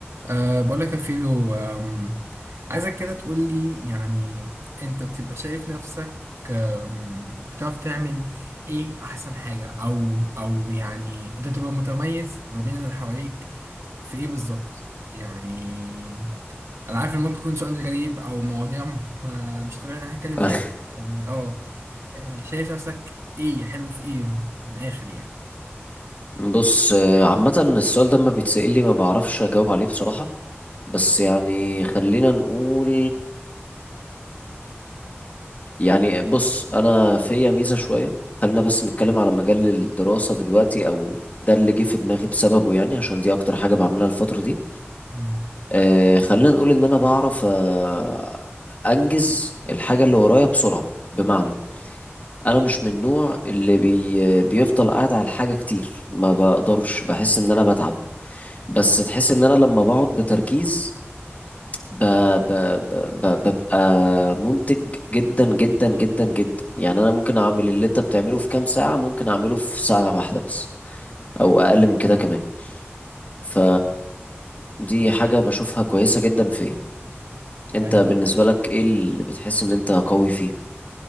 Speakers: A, on the right; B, on the left.
A: أه بقول لك يا فيلو آم، عايزك كده تقول لي يعني انت بتبقى شايف نفسك آم، بتعرف تعمل ايه احسن حاجة او او يعني انت بتبقى متميز ما بين اللي حواليك في ايه بالظبط يعني انا عارف ان ممكن يكون سؤال غريب او مواضيع م- مش طبيعي ان احنا نتكلم
B: أخ،
A: فيها يعني اه آه، شايف نفسك ايه حلو في ايه من الاخر يعني
B: بص آه، عامة السؤال ده ما بيتسأل لي ما بعرفش أجاوب عليه بصراحة بس يعني خلينا نقول يعني بص انا فيا ميزه شويه خلينا بس نتكلم على مجال الدراسه دلوقتي او ده اللي جه في دماغي بسببه يعني عشان دي اكتر حاجه بعملها الفتره دي
A: مم.
B: آه خلينا نقول ان انا بعرف آه انجز الحاجه اللي ورايا بسرعه بمعنى انا مش من النوع اللي بي بيفضل قاعد على الحاجه كتير ما بقدرش بحس ان انا بتعب بس تحس ان انا لما بقعد بتركيز ب... ب... ب... ب... ببقى منتج جدا جدا جدا جدا يعني انا ممكن اعمل اللي انت بتعمله في كام ساعة ممكن اعمله في ساعة واحدة بس او اقل من كده كمان ف دي حاجة بشوفها كويسة جدا فيا انت
A: مم.
B: بالنسبة لك ايه اللي بتحس ان انت قوي فيه